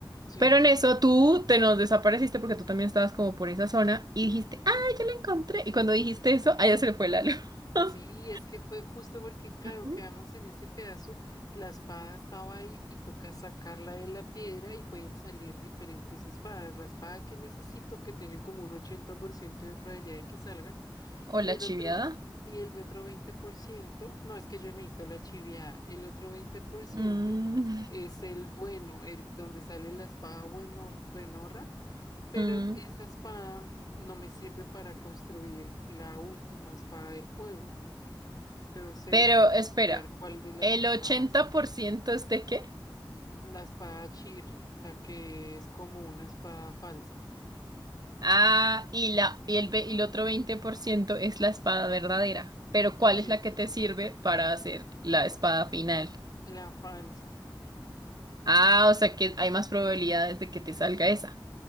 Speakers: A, on the left; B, on the right.
A: sí.
B: Pero en eso tú te nos desapareciste porque tú también estabas como por esa zona y dijiste, ¡ay, ya la encontré! Y cuando dijiste eso, a ella se le fue la luz. <laughs>
A: Sí, es que fue justo porque, claro,
B: Ujú.
A: quedamos en ese pedazo, la espada estaba ahí y toca sacarla de la piedra y pueden salir diferentes espadas. La espada que necesito, que tiene como un 80% de probabilidad de que salga, y
B: O la
A: el
B: chiviada.
A: otro, y el otro 20%, no, es que yo necesito la chiviada, el otro 20%
B: Mm,
A: es el bueno, el donde sale la espada bueno, buenorra, pero
B: <laughs> mm.
A: esa espada no me sirve para construir la última espada del juego. Entonces,
B: Pero
A: toca
B: espera,
A: mirar cuál de las
B: ¿el
A: espadas
B: ochenta
A: es.
B: por ciento es de qué?
A: La espada Chirri, la que es como una espada falsa.
B: Ah, y, la, y, el, ve- y el otro 20% es la espada verdadera. Pero ¿cuál
A: Sí,
B: es la que te sirve para hacer la espada final?
A: la falsa.
B: Ah, o sea que hay más probabilidades de que te salga esa.